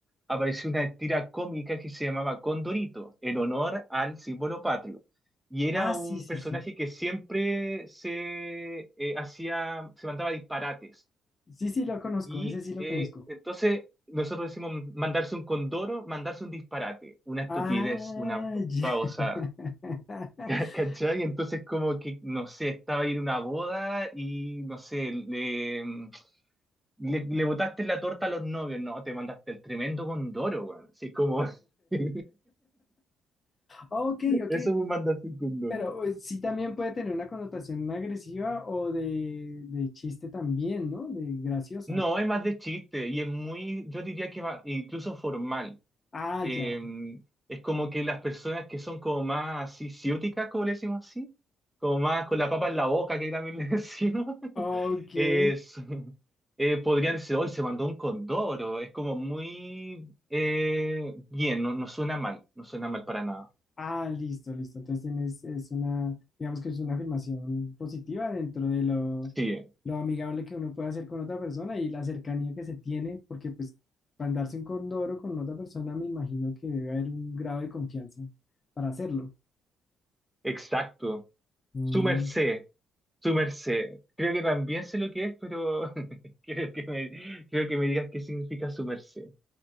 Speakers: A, in the centre; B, on the left.
A: apareció una tira cómica que se llamaba Condorito, en honor al símbolo patrio. Y era
B: Ah,
A: un
B: sí, sí,
A: personaje
B: sí.
A: que siempre se eh, hacía, se mandaba disparates.
B: Sí, sí, lo conozco,
A: Y
B: ese sí lo
A: eh,
B: conozco.
A: entonces nosotros decimos mandarse un condoro, mandarse un disparate, una estupidez,
B: Ah,
A: una
B: ya.
A: babosa.
B: <laughs>
A: <laughs> ¿Cachai? Entonces como que, no sé, estaba ahí en una boda y, no sé, le, mm, le, le botaste la torta a los novios, no, te mandaste el tremendo condoro, weón. Así como... <laughs>
B: Ok, ok,
A: Eso me mandaste un condoro.
B: pero eh, sí también puede tener una connotación agresiva o de, de chiste también, ¿no? De graciosa.
A: No, es más de chiste y es muy, yo diría que va, incluso formal.
B: Ah,
A: eh,
B: ya.
A: es como que las personas que son como más así, ciúticas, como le decimos así, como más con la papa en la boca, que también le decimos, <laughs>
B: Ok.
A: es, eh, podrían decir, hoy se mandó un condoro, es como muy eh, bien, no, no suena mal, no suena mal para nada.
B: Ah, listo, listo. Entonces tienes, es una, digamos que es una afirmación positiva dentro de lo,
A: Sí,
B: lo amigable que uno puede hacer con otra persona y la cercanía que se tiene, porque pues para andarse un condoro con otra persona me imagino que debe haber un grado de confianza para hacerlo.
A: exacto.
B: Mm,
A: Su merced, su merced. Creo que también sé lo que es, pero <laughs> creo que me, creo que me digas qué significa su merced.